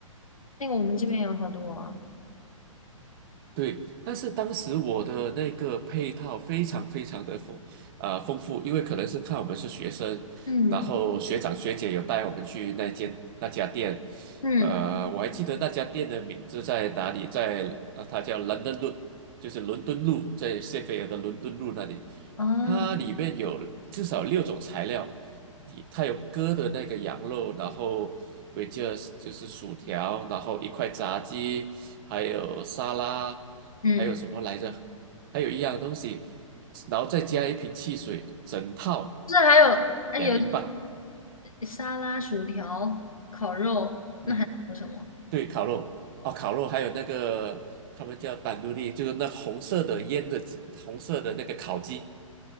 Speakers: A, on the left (about 90°); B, on the right (about 40°).
A: 那个我们这边有好多啊。
B: 对，但是当时我的那个配套非常非常的丰呃丰富，因为可能是看我们是学生，
A: 嗯
B: 然后学长学姐有带我们去那间那家店，
A: 嗯
B: 呃，我还记得那家店的名字在哪里，在呃它叫 London Road，就是伦敦路，在谢菲尔的伦敦路那里，
A: 啊
B: 它里面有至少六种材料，也它有割的那个羊肉，然后 w 就着就是薯条，然后一块炸鸡，还有沙拉，
A: 嗯，
B: 还有什么来着？还有一样东西，然后再加一瓶汽水，整套
A: 就是还有。哎有
B: 两英镑。
A: 沙拉、薯条、烤肉，
B: 嗯，
A: 那还能有什么？
B: 对，烤肉哦，烤肉还有那个他们叫丹都利，就是那红色的腌的红色的那个烤鸡。